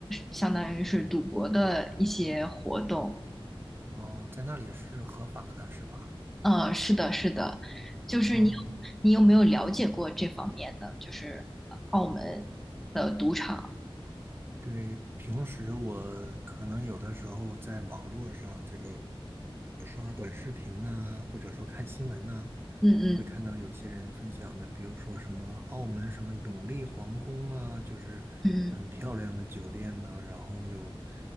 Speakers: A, in the centre; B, on the right.
A: 相当于是赌博的一些活动。
B: 哦，在那里是合法的是吧？
A: 呃，是的，是的，就是你有，
B: 哦，
A: 你有没有了解过这方面的，就是呃澳门的赌场？
B: 对，平时我可能有的时候在网络上这个刷短视频呐、或者说看新闻呐、
A: 嗯嗯
B: 会看到有些人分享的，比如说什么澳门什么永利皇宫啊，就是很漂亮的酒店呐、
A: 嗯，
B: 然后有